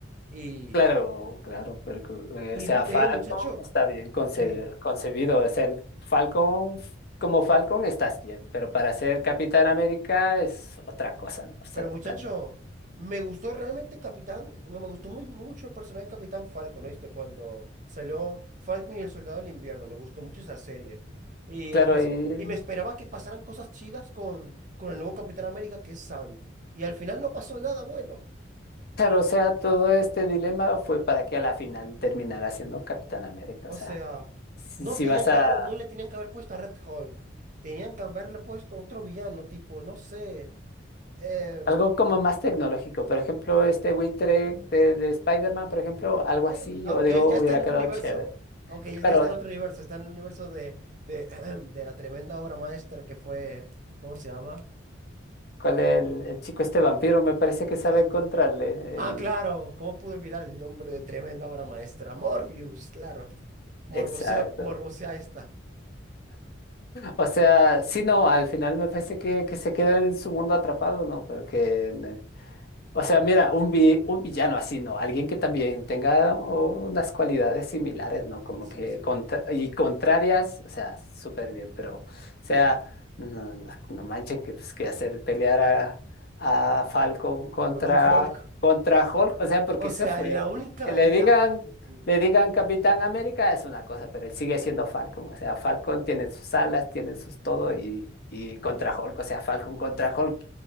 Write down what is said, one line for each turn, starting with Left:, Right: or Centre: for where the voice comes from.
Right: Y,
Left: Claro, claro, pero que, eh,
Right: y
Left: o sea, Falcon
Right: eh, muchacho,
Left: está bien conce-
Right: sí,
Left: concebido. Es el Falcon, f- como Falcon estás bien, pero para ser Capitán América es otra cosa, ¿no? O sea,
Right: pero
Left: totalmente.
Right: muchacho, me gustó realmente Capitán, no, me gustó muy mucho el personaje de Capitán Falcon, ¿oíste? Cuando salió Falcon y el Soldado del Invierno, me gustó mucho esa serie. Y,
Left: Claro,
Right: es, me,
Left: y
Right: y me esperaba que pasaran cosas chidas con, con el nuevo Capitán América, que es Sam. Y al final no pasó nada bueno.
Left: claro, o sea, todo este dilema fue para que a la final terminara siendo Capitán América.
Right: O
Left: O sea,
Right: sea,
Left: si,
Right: no
Left: si
Right: tenían
Left: vas a
Right: que haber- no le tenían que haber puesto a Red Hulk. Tenían que haberle puesto otro villano, tipo, no sé. em,
Left: algo como más tecnológico, por ejemplo, este buitre de, de Spider-Man, por ejemplo, algo
Right: sí,
Left: así, yo
Right: aunque
Left: digo,
Right: él ya
Left: hubiera
Right: está en
Left: quedado
Right: otro universo.
Left: chévere.
Right: Aunque él
Left: Claro,
Right: ya está en otro universo. Está en el universo de, de, <clears throat> de la tremenda obra maestra que fue. ¿Cómo se llama?
Left: ¿Cuál es el, el chico este vampiro? Me parece que
Right: Sí,
Left: sabe
Right: sí, sí.
Left: encontrarle.
Right: Ah,
Left: El...
Right: claro. ¿Cómo pude olvidar el nombre de tremenda obra maestra? Morbius, claro. Morbosea,
Left: Exacto.
Right: morbosea esta.
Left: O sea, sí, no, al final me parece que, que se queda en su mundo atrapado, ¿no? Pero que O sea, mira, un, vi- un villano así, ¿no? Alguien que también tenga unas cualidades similares, ¿no?
Right: Sí,
Left: Como
Right: sí,
Left: que
Right: sí.
Left: contra- y contrarias, o sea, súper bien, pero, o sea, no, no manchen que, pues, que hacer pelear a, a Falcon contra,
Right: Con un Hulk.
Left: contra Hulk, o sea, porque
Right: O sea,
Left: se fue.
Right: la única.
Left: Que le
Right: La...
Left: digan,
Right: Sí.
Left: le digan Capitán América es una cosa, pero él sigue siendo Falcon, o sea, Falcon tiene sus alas, tiene sus todo y, y contra Hulk, o sea, Falcon contra Hulk,